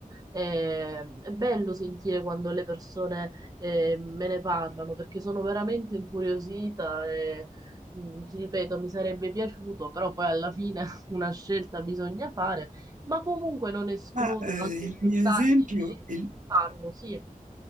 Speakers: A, on the right; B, on the right.
A: Eh, è bello sentire quando le persone eh, me ne parlano perché sono veramente incuriosita e mm, ti ripeto, mi sarebbe piaciuto, però poi alla fine <laughs> una scelta bisogna fare, ma comunque non escludo
B: Ma eh,
A: anche più
B: il mio
A: tardi.
B: esempio,
A: di
B: il,
A: farlo, sì,